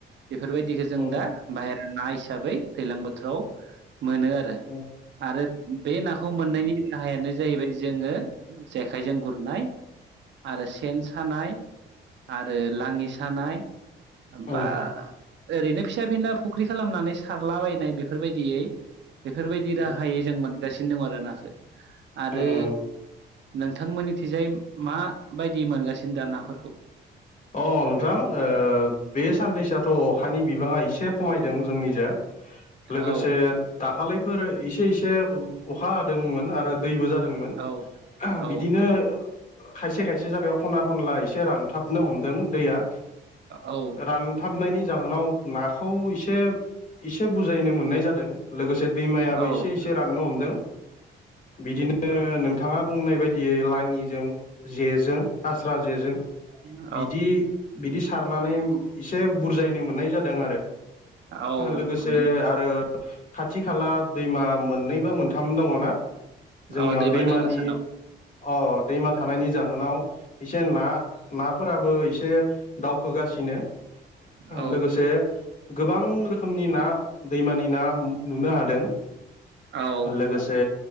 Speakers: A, on the right; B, on the left.
A: बेफोरबायदिखो जों
B: उम
A: दा बाहेर नि ना हिसाबै दैलां बोथोराव मोनो आरो
B: उम
A: आरो बे नाखौ मोननायनि राहायानो जाहैबाय जोङो जेखाइजों गुरनाय। आरो सेन सानाय आरो लाङि सानाय। होमबा
B: उम
A: ओरैनो फिसा फिनला फु ख्रि खालामनानै सारलाबायनाय बेफोरबायदियै बेफोरबायदि
B: उम
A: राहायै जों मोन गासिनो दं आरो नाखो आरो
B: उम उम
A: नोंथांमोननि थिजाय मा बायदि मोनगासिनो दा नाफोरखौ?
B: अ नोंथां ओ बे साननैसोआथ' अखानि बिबाङा एसे खमायदों जोंनि जा लोगोसे
A: औ
B: दाखालै फोरो इसे इसे अखा हादोंमोन आरो दैबो जादोंमोन
A: औ औ
B: बिदिनो खायसे खायसे जायायाव खना खनला एसे रानथाब नो हमदों दैया
A: औ
B: रानथाबनायनि जाहोनाव नाखौ एसे एसे बुजायैनो मोननाय जादों लोगोसे दैमायाबो
A: औ
B: एसे एसे राननो हमदों बिदिनो नोंथाङा बुंनाय बायदियै लाङिजों जेजों आस्रा जेजों
A: औ।
B: बिदि बिदि सारनानै एसे बुरजायनो मोननाय जादों आरो
A: औ
B: लोगोसे
A: नों
B: आरो खाथि खाला दैमा मोननै बा मोनथाम दङ ना जोंनियाव
A: औ दैमा
B: दैमानि
A: दों नोंसोरनाव
B: अ दैमा थानायनि जाहोनाव एसे ना ना फोराबो एसे दावखोगासिनो
A: औ
B: लोगोसे गोबां रोखोमनि ना दैमानि ना नुनो हादों
A: औ
B: लोगोसे